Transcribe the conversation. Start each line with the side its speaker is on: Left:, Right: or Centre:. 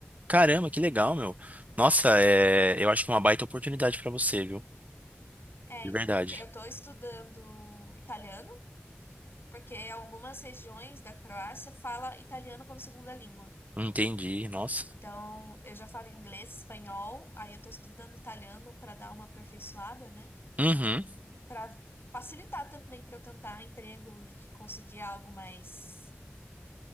Right: Caramba, que legal, meu. Nossa, é... eu acho que é uma baita oportunidade pra você, viu?
Left: É,
Right: De
Left: então,
Right: verdade.
Left: eu tô estudando italiano, porque algumas regiões da Croácia fala italiano como segunda língua.
Right: Entendi, nossa.
Left: Então, eu já falo inglês, espanhol, aí eu tô estudando italiano para dar uma aperfeiçoada, né?
Right: Uhum,
Left: E para facilitar também para eu tentar emprego e conseguir algo mais